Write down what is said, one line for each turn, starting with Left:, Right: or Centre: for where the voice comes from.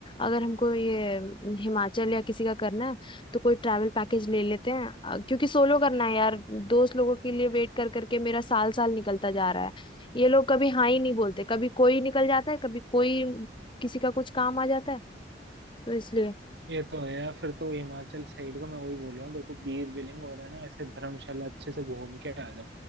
Left: अगर हमको ये हिमाचल या किसी का करना है तो कोई ट्रैवल पैकेज ले लेते हैं अ, क्योंकि सोलो करना है यार दोस्त लोगों के लिए वेट कर करके मेरा साल साल निकलता जा रहा है ये लोग कभी हाँ ही नहीं बोलते कभी कोई निकल जाता है कभी कोई किसी का कुछ काम आ जाता है तो इसलिए
Right: ये तो है यार फिर तो हिमाचल साइड का मैं वही बोल रहा हूँ देखो बीर बिलिंग हो रहा है ना ऐसे धर्मशाला अच्छे से घूम के आ जाओ